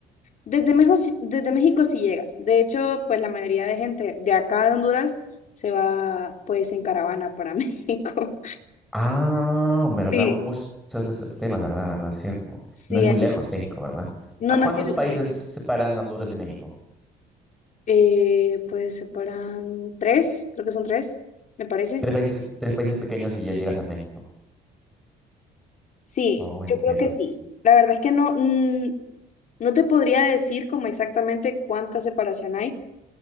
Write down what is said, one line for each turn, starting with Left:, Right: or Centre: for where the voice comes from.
Left: desde México, desde México sí llegas. De hecho, pues la mayoría de gente de acá de Honduras se va pues en caravana para <laughs> México.
Centre: Ah, ¿verdad?
Left: Sí,
Centre: Hubo esos, esos- esos temas, ¿verdad? ¿Verdad? Cierto.
Left: sí,
Centre: No es muy
Left: ahí.
Centre: lejos México, ¿verdad?
Left: No,
Centre: ¿A
Left: no
Centre: cuántos
Left: queda
Centre: países
Left: tan-
Centre: separan Honduras de México?
Left: Eh, pues separan tres, creo que son tres, me parece.
Centre: Tres países, tres países pequeños y ya llegas a México.
Left: Sí,
Centre: Oh, entiendo.
Left: yo creo que sí. La verdad es que no, mm, no te podría decir como exactamente cuánta separación hay,